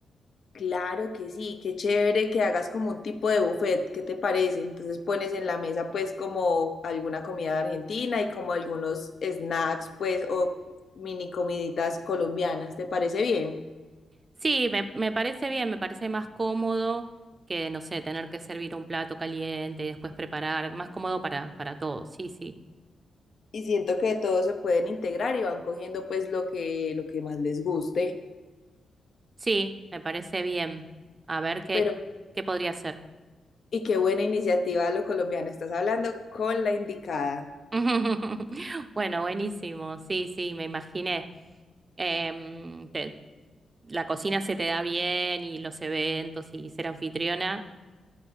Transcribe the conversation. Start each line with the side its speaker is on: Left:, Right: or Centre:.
Left: Claro que sí, qué chévere que hagas como un tipo de buffet, ¿qué te parece? Entonces pones en la mesa pues como alguna comida argentina y como algunos snacks pues o mini comiditas colombianas, ¿te parece bien?
Right: Sí, me, me parece bien, me parece más cómodo que, no sé, tener que servir un plato caliente y después preparar, más cómodo para, para todos, sí, sí.
Left: Y siento que todos se pueden integrar y van cogiendo pues lo que lo que más les guste,
Right: Sí, me parece bien. A ver qué,
Left: pero
Right: qué podría hacer.
Left: y qué buena iniciativa lo colombiano, estás hablando con la indicada.
Right: <laughs> Bueno, buenísimo, sí, sí, me imaginé. Em, te- la cocina se te da bien y los eventos y ser anfitriona,